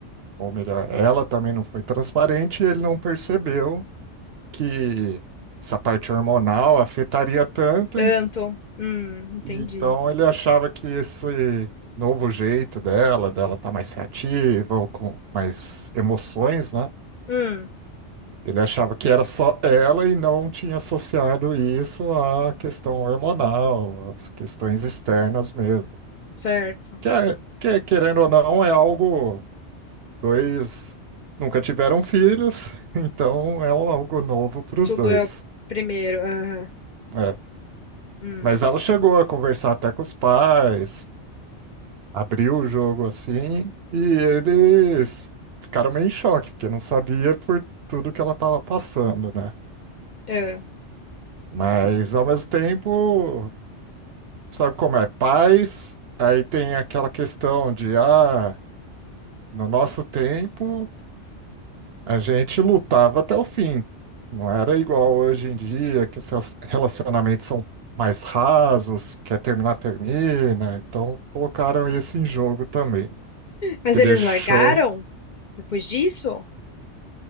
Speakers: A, on the right (about 65°); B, on the left (about 55°).
A: ou melhor, ela também não foi transparente, e ele não percebeu que essa parte hormonal afetaria tanto,
B: Tanto.
A: e,
B: Hum, entendi.
A: e então ele achava que esse novo jeito dela, dela tá mais reativa ou com mais emoções, né?
B: Hum,
A: Ele achava que era só ela e não tinha associado isso à questão hormonal, às questões externas mesmo.
B: certo.
A: Que, é- que, querendo ou não, é algo. Dois nunca tiveram filhos, <laughs> então é um- algo novo para os
B: Tudo
A: dois.
B: é o primeiro. aham.
A: É.
B: Hum,
A: Mas ela chegou a conversar até com os pais, abriu o jogo assim, e eles ficaram meio em choque, porque não sabia por tudo que ela estava passando, né?
B: é.
A: Mas ao mesmo tempo. sabe como é? Paz, aí tem aquela questão de, ah, no nosso tempo a gente lutava até o fim. Não era igual hoje em dia, que os seus relacionamentos são mais rasos, quer terminar, termina. Então colocaram isso em jogo também,
B: Mas
A: que
B: eles
A: deixou.
B: largaram depois disso?